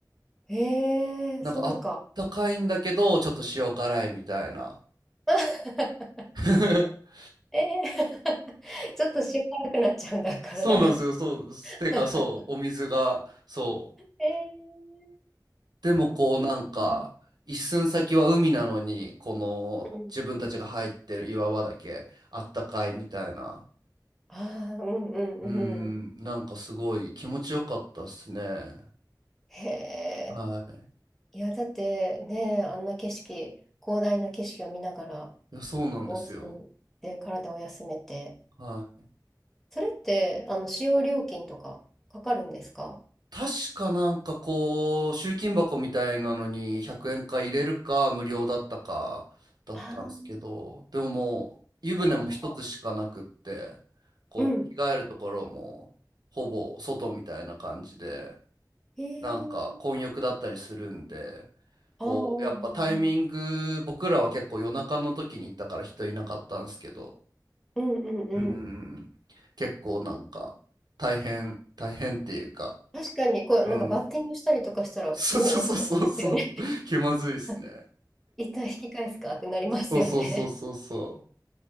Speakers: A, in the centre; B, on the right (about 65°).
A: へえ、
B: なんかあったかいんだけど、
A: そうか。
B: ちょっと塩辛いみたいな。
A: <laughs>
B: <laughs>
A: ええ。<laughs> ちょっと塩辛くなっちゃうんだ、体が。
B: そうなんですよ。そう。
A: <laughs>
B: てか、そう。お水が、そう。
A: ええ。
B: でも、こう、なんか、
A: うん
B: 一寸先は海なのに、この、
A: うん
B: 自分たちが入ってる岩場だけ、あったかいみたいな。
A: ああ、うんうん
B: うん、
A: うん。
B: なんかすごい気持ちよかったっすね。
A: へえ。
B: はい。
A: いや、だってね、あんな景色、広大な景色を見ながら、
B: いや、そうなんですよ。
A: 温泉で体を休めて、
B: はい。
A: それって、あの、使用料金とかかかるんですか
B: 確かなんかこう、集金箱みたいなのに100円か入れるか無料だったかだったんですけど、
A: ああー、
B: でももう湯船も一つしかなくって、
A: そっか。
B: こう着替えるところもほぼ外みたいな感じで、
A: うん。へえ。
B: なんか混浴だったりするんで、こうやっぱタイミング、
A: ああ、うん
B: 僕らは結構夜中の時に行ったから人いなかったんですけど、
A: うんうん。うんうん
B: うんうんうん、結構なんか大変、大変っていうか、
A: 確かに、こう、
B: うん
A: なんかバッティングしたりとかしたら、
B: そうそうそうそうそう。
A: おおってなりますよね。
B: 気まずいっすね。
A: <laughs> 一旦引き返すかってなりますよね。
B: そうそうそうそうそ